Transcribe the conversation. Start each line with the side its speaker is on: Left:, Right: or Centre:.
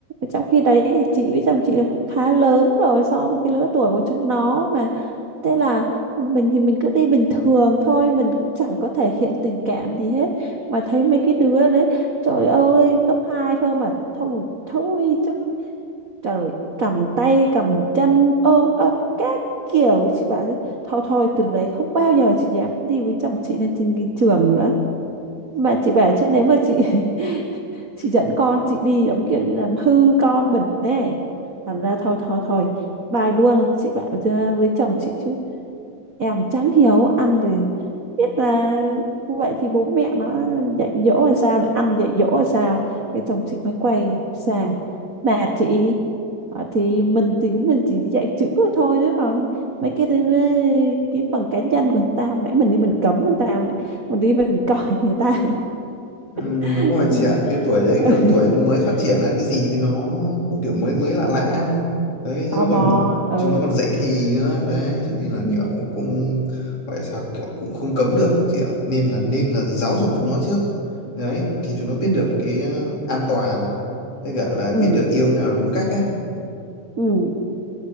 Right: trong khi đấy thì chị với chồng chị là cũng khá lớn rồi so với cái lứa tuổi của chúng nó mà thế là mình thì mình cứ đi bình thường thôi mình cũng chẳng có thể hiện tình cảm gì hết mà thấy mấy cái đứa đấy trời ơi gấp hai thôi mà thôi thôi chứ trời cầm tay cầm chân ôm ấp các kiểu chị bảo chứ thôi thôi từ đấy không bao giờ chị dám đi với chồng chị lên trên cái trường nữa mà chị bảo chứ nếu mà chị <laughs> chị dẫn con chị đi giống kiểu như làm hư con mình đấy thành ra thôi thôi thôi bài luôn chị bảo cho- với chồng chị chứ em chẳng hiểu ăn thì biết là như vậy thì bố mẹ nó dạy dỗ là sao này ăn dạy dỗ là sao cái chồng chị mới quay sang là chị "Ờ, thì mình thì cũng mình chỉ dạy chữ thôi thôi chứ còn mấy cái cái phần cá nhân của người ta hồi nãy mình đi mình cấm người ta hồi nãy mình đi mình <laughs> coi người ta
Left: Ừ,
Right: <laughs>
Left: đúng rồi chị ạ cái tuổi đấy
Right: <laughs>
Left: kiểu tuổi nó mới phát triển á cái gì với nó cũng kiểu mới mới lạ lạ á. đấy
Right: tò
Left: chứ nó
Right: mò
Left: còn
Right: ờ
Left: chúng nó còn dậy thì nữa đấy cho nên là
Right: ừ.
Left: kiểu cũng gọi là sao kiểu cũng không cấm được chị ạ nên là nên là giáo dục chúng nó trước đấy thì chúng nó biết
Right: ừ.
Left: được cái ờ, an toàn với cả là
Right: ừ
Left: biết được yêu nào là đúng cách ấy
Right: ừ